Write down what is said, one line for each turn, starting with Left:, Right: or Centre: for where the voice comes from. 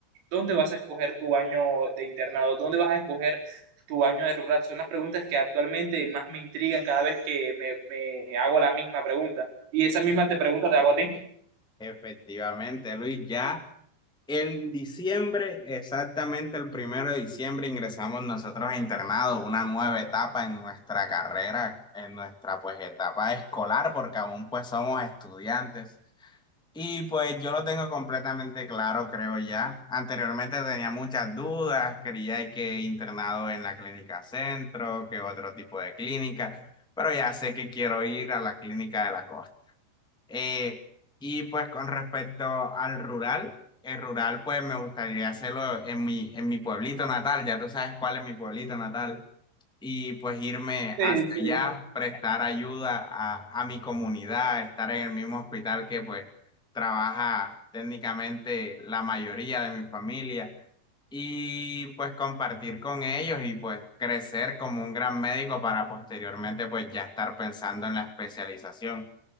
Right: ¿Dónde vas a escoger tu año de internado? ¿Dónde vas a escoger tu año de rural? Son las preguntas que actualmente más me intrigan cada vez que me, me hago la misma pregunta. Y
Centre: Sí,
Right: esa
Centre: efectivamente.
Right: misma te pregunta te hago a ti.
Centre: Efectivamente, Luis, ya en diciembre, exactamente el primero de diciembre, ingresamos nosotros a internado, una nueva etapa en nuestra carrera, en nuestra pues etapa escolar, porque aún pues somos estudiantes. Y pues yo lo tengo completamente claro, creo ya. Anteriormente tenía muchas dudas, quería que internado en la clínica centro, que otro tipo de clínica, pero ya sé que quiero ir a la clínica de la costa. Eh, y pues con respecto al rural, el rural pues me gustaría hacerlo en mi, en mi pueblito natal, ya tú sabes cuál es mi pueblito natal, y pues irme
Right: Sí,
Centre: hacia
Right: sí.
Centre: allá, prestar ayuda a, a mi comunidad, estar en el mismo hospital que pues trabaja técnicamente la mayoría de mi familia, y pues compartir con ellos y pues crecer como un gran médico para posteriormente pues ya estar pensando en la especialización.